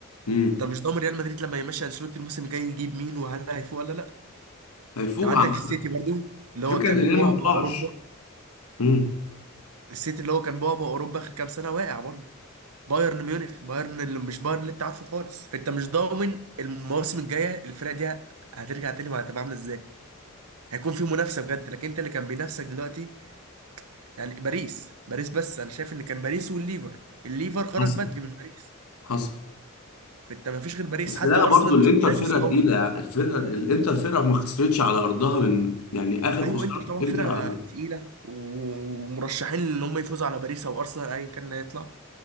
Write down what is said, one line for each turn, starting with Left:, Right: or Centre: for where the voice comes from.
Left: امم
Right: انت مش ضامن ريال مدريد لما يمشي انشيلوتي الموسم الجاي يجيب مين وهل هيفوق ولا لا
Left: هيفوق
Right: انت عندك
Left: عامه
Right: السيتي برضو اللي
Left: الفكره
Right: هو كان
Left: ان الريال
Right: بعبع
Left: ما بتقعش
Right: اوروبا
Left: امم
Right: السيتي اللي هو كان بعبع اوروبا اخر كام سنه واقع برضو بايرن ميونخ بايرن اللي مش بايرن اللي انت عارفه خالص فانت مش ضامن المواسم الجايه الفرقه دي هترجع تاني وهتبقى عامله ازاي هيكون في منافسه بجد لكن انت اللي كان بينافسك دلوقتي يعني باريس باريس بس انا شايف ان كان باريس والليفر الليفر خرج
Left: حصل
Right: بدري من باريس
Left: حصل
Right: فانت ما فيش غير باريس
Left: بس
Right: حتى
Left: لا
Right: ارسنال
Left: برضو الانتر
Right: مش منافس
Left: فرقه
Right: قوي
Left: تقيله يعني الفرقه الانتر فرقه ما خسرتش على ارضها من يعني اخر
Right: ايوه
Left: خساره
Right: انتر طبعا
Left: الانتر
Right: فرقه
Left: على ارضها
Right: تقيله ومرشحين ان هم يفوزوا على باريس او ارسنال ايا كان اللي هيطلع